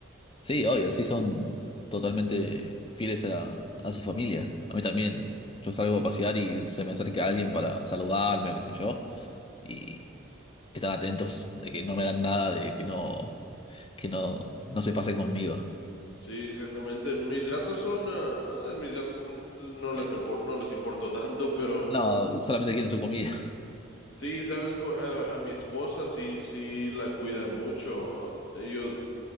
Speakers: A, on the left; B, on the left.
A: sí, obvio, sí son totalmente fieles a, a su familia. A mí también. Yo salgo a pasear y se me acerca alguien para saludarme o qué sé yo. Y están atentos de que no me hagan nada, de que no. que no, no se pase conmigo.
B: Sí, exactamente. Mis gatos son, ah, no, mis gatos n- no
A: Eh,
B: les impor- no les importa tanto, pero
A: No, solamente quieren su comida. <laughs>
B: sí, sabes, co- a, a mi esposa sí, sí la cuidan mucho. Am, ellos,